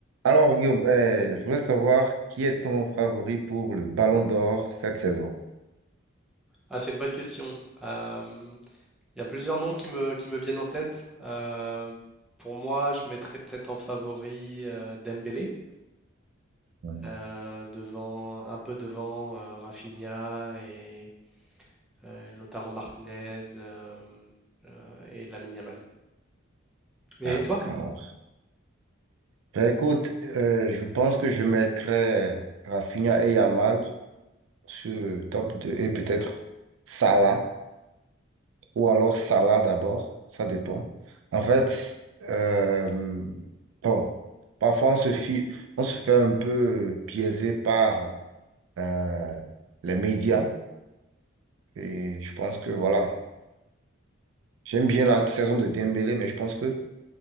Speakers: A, on the right; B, in the centre.
A: Alors, Guillaume, euh, je voulais savoir qui est ton favori pour le Ballon d'Or cette saison.
B: Ah, c'est une bonne question. Euh, Il y a plusieurs noms qui me, qui me viennent en tête. Euh, pour moi, je mettrais peut-être en favori euh, Dembélé,
A: Mm.
B: euh, devant, un peu devant euh, Rafinha et euh, Lautaro Martinez euh, euh, et Lamine Yamal. Et
A: D'accord.
B: toi?
A: Ben, écoute, euh, je pense que je mettrais Rafinha et Yamal sur le top 2 et peut-être Salah ou alors Salah d'abord, ça dépend. En fait, euh, bon, parfois on se fie- on se fait un peu biaiser par euh, les médias et je pense que voilà, J'aime bien la saison de Dembélé, mais je pense que